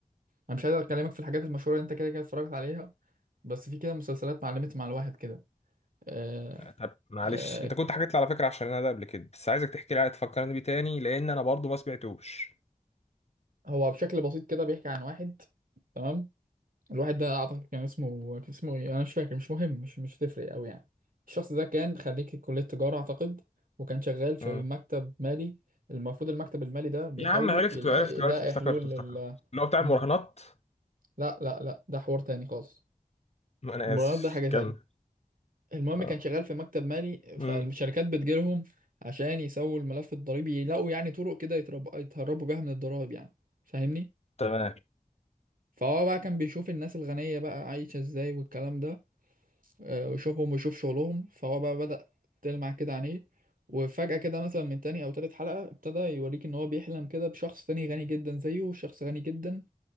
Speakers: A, on the right; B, on the left.
A: انا مش عايز اكلمك في الحاجات المشهوره اللي انت كده كده اتفرجت عليها بس في كده مسلسلات معلمت مع الواحد كده آه،
B: طب معلش
A: آه،
B: انت كنت حكيت لي على فكره عشان انا ده قبل كده بس عايزك تحكي لي عاد تفكرني بيه تاني لان انا برضو ما سمعتوش
A: هو بشكل بسيط كده بيحكي عن واحد تمام الواحد ده اعتقد كان اسمه كان اسمه ايه انا مش فاكر مش مهم مش مش هتفرق قوي يعني الشخص ده كان خريج كليه تجاره اعتقد وكان شغال في
B: مم.
A: مكتب مالي المفروض المكتب المالي ده بيحاولوا
B: يا عم عرفت
A: يلاقي,
B: عرفت
A: يلاقي
B: عرفت افتكرت
A: حلول
B: افتكرت
A: لل
B: اللي هو بتاع
A: مم.
B: المراهنات
A: لا لا لا ده حوار تاني خالص
B: ما انا
A: المراهنات
B: اسف
A: ده حاجة تاني
B: كمل
A: المهم
B: اه
A: كان شغال في مكتب مالي
B: مم.
A: فالشركات بتجيلهم عشان يسووا الملف الضريبي يلاقوا يعني طرق كده يترب... يتهربوا بيها من الضرايب يعني فاهمني
B: تمام
A: فهو بقى كان بيشوف الناس الغنية بقى عايشة ازاي والكلام ده آه، ويشوفهم ويشوف شغلهم فهو بقى بدأ تلمع كده عينيه وفجأة كده مثلا من تاني أو تالت حلقة ابتدى يوريك إن هو بيحلم كده بشخص تاني غني جدا زيه وشخص غني جدا